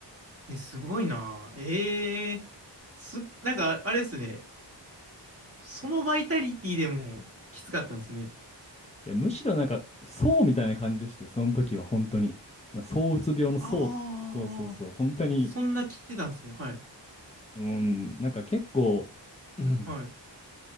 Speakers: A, on the right; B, on the left.
A: え、すごいな。ええ、す、なんか、あれっすね。そのバイタリティでもきつかったんですね。
B: いや、むしろなんか、そうみたいな感じでしたよ、その時は、本当に。な躁うつ病のそうそうそうそう、
A: ああ、
B: 本当に、
A: そんな来てたんですね。はい。
B: うん、なんか結構、うん、
A: はい。